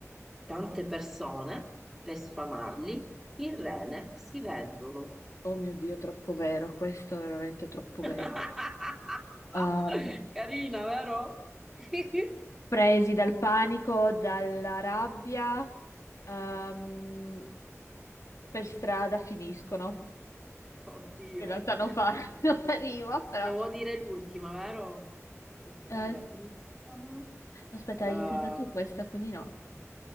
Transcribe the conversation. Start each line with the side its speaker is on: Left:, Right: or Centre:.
Centre: tante persone per sfamarli, il rene si vendono.
Left: Oh mio Dio, troppo vero, questo è veramente troppo
Centre: <laughs>
Left: vero. Ehm,
Centre: Carina, vero? <laughs>
Left: presi dal panico, dalla rabbia, ehm, per strada finiscono.
Centre: Oddio.
Left: In realtà non fa, <laughs> non arrivo, però.
Centre: Devo dire l'ultima, vero? Le strade
Left: Eh, no,
Centre: finiscono.
Left: aspetta,
Centre: Eh, ah,
Left: hai iniziata tu questa, quindi no.